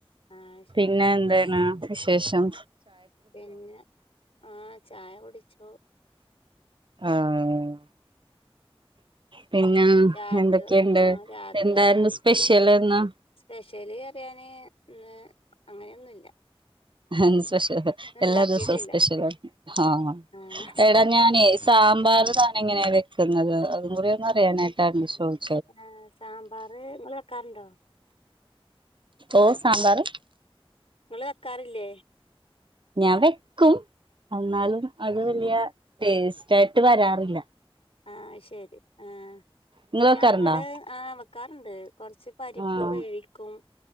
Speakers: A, on the left; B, on the right.
A: ആഹ് ശരി
B: പിന്നെ
A: ആഹ്
B: എന്തണ് വിശേഷം?
A: പിന്നെ ആഹ് ചായ കുടിച്ചു.
B: ആഹ് പിന്നെ
A: രാത്രി
B: എന്തൊക്കെയിണ്ട്
A: ആഹ് രാത്രികക്ക്
B: എന്തായിരുന്നു സ്പെഷ്യൽ ന്ന്?
A: സ്പെഷ്യല് പറ്യാന് ഇന്ന് അങ്ങനെയൊന്നുല്ല
B: ഹൻസ്പെഷ്യൽ
A: ഇന്ന്
B: എല്ലാ
A: ഇണ്ടാക്കിട്ടില്ല
B: ദിവസവും സ്പെഷലാണ് ആഹ്
A: ആഹ്
B: എടാ ഞാനേ സാമ്പാർ താനെങ്ങനെയാ വെക്ക്ന്നത് അതും കൂടി ഒന്ന് അറിയാനായിട്ടായിരുന്നു ചോയ്ച്ച
A: ആഹ് സാമ്പാർ ഇങ്ങൾ വെക്കാറുണ്ടോ?
B: ഓഹ് സാമ്പാർ
A: ഇങ്ങള് വെക്കാറില്ലേ?
B: ഞാൻ വെക്കും അന്നാലും അത് വലിയ ടേസ്റ്റ് ആയിട്ട് വരാറില്ല.
A: ആഹ് ശരി ആഹ്
B: നിങ്ങൾ വെക്കാറുണ്ടോ
A: ഞങ്ങള് ആഹ് വെക്കാറുണ്ട് കൊറച്ച് പരിപ്പ്
B: ആഹ്
A: വേവിക്കും